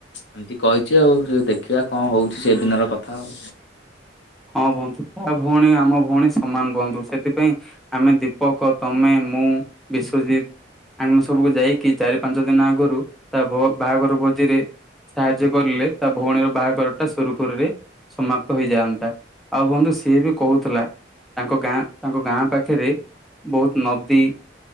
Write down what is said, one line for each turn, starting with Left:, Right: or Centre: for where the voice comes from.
Left: ଏମିତି କହିଛି ଆଉ ସେ ଦେଖିବା କଣ ହଉଛି ସେ ଦିନର କଥା ଆଉ।
Centre: ହଁ ବନ୍ଧୁ ତା ଭଉଣୀ ଆମ ଭଉଣୀ ସମାନ ବନ୍ଧୁ ସେଥିପାଇଁ ଆମେ ଦୀପକ ତମେ ମୁଁ ବିଶ୍ଵଜିତ। ଆମେ ସବୁକୁ ଯାଇକି ଚାରି ପାଞ୍ଚ ଦିନ ଆଗରୁ ତା ବାହାଘର ଭୋଜିରେ ସାହାଯ୍ୟ କରିଲେ ତା ଭଉଣୀର ବାହାଘର ଟା ସୁରୁଖୁରୁରେ ସମାପ୍ତ ହେଇଯାଆନ୍ତା। ଆଉ ବନ୍ଧୁ ସିଏ ବି କହୁଥିଲା ତାଙ୍କ ଗାଁ ତାଙ୍କ ଗାଁ ପାଖେରେ। ବହୁତ ନଦୀ